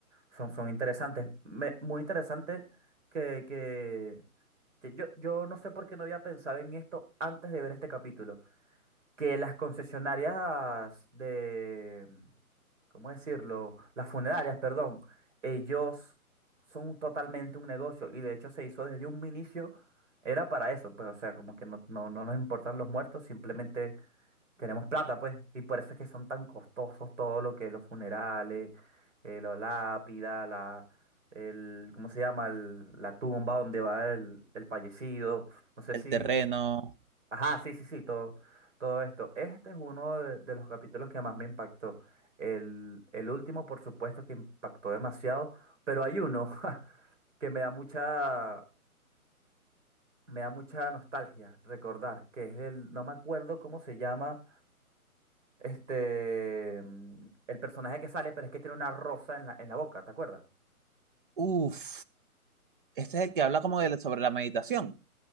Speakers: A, on the right (about 55°); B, on the right (about 35°).
A: son, son interesantes. Me- muy interesante que, que, que yo, yo no sé por qué no había pensado en esto antes de ver este capítulo, que las concesionarias de, ¿cómo decirlo? Las funerarias, perdón, ellos son totalmente un negocio y de hecho se hizo desde un inicio, era para eso, pues o sea, como que no, no, no nos importan los muertos, simplemente queremos plata, pues, y por eso es que son tan costosos todo lo que los funerales, eh, la lápida, la, el, ¿cómo se llama? El- la tumba donde va el, el fallecido, no sé si...
B: El terreno.
A: Ajá, sí, sí, sí, todo, todo esto. Este es uno de, de los capítulos que más me impactó. El, el último, por supuesto, que impactó demasiado, pero hay uno <laughs> que me da mucha, me da mucha nostalgia recordar, que es el, no me acuerdo cómo se llama, este, mm, el personaje que sale, pero es que tiene una rosa en la, en la boca, ¿te acuerdas?
B: Uf. Este es el que habla como de, la- sobre la meditación.